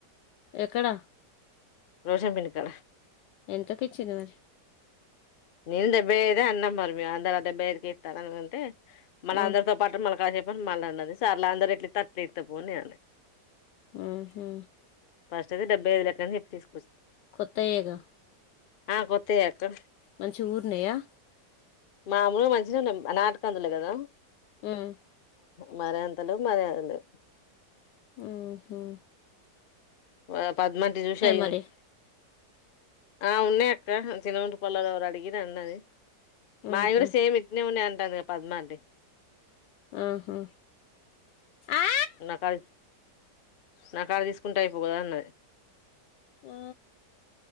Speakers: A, on the left; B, on the left.
A: ఎక్కడ?
B: రోషన్ బిల్డింగ్ కాడా
A: ఎంతకిచ్చింది మరి
B: నేన్ డెబ్బై ఐదు అన్న మరి మీరు అందరు అదే డెబ్బై ఐదుకే ఇత్తారు అని అంటే మళ్ళా
A: మ్మ్.
B: అందరితో పాటు మళ్ళ కాసేప్పుని మళ్ళీ అన్నది సర్లే అందరు ఏట్లా ఇత్తే అట్లే ఇత్త పో నేన్ అన్నా
A: ఆహా
B: ఫస్ట్ ది డెబ్భైది లెక్కన చెప్పింది.
A: కొత్తయేగా
B: ఆ కొత్తయే అత్తు
A: మంచిగా ఊరినయా?
B: మామూలుగా మంచిగా ఉన్నం నాటుకందులే కదా!
A: ఉమ్
B: మరియంతలేవ్ మర్యాదలేవ్
A: ఉహుమ్
B: ప పద్మంటి చూషి అడిగింది.
A: మరి
B: ఆ ఉన్నాయి అక్క అహ్ చిన్నగుంటి పల్లెల్లోలు ఎవరు అడిగిరు అన్నది.
A: మ్హూ.
B: మాయ్ కూడా సేమ్ ఇట్నే ఉన్నాయి. అంటందిగా పద్మాంటి
A: ఆహా ఆ
B: నాకాద్ నా కాడ తీసుకుంటే అయిపోవ్ కదా అన్నది.
A: ఆ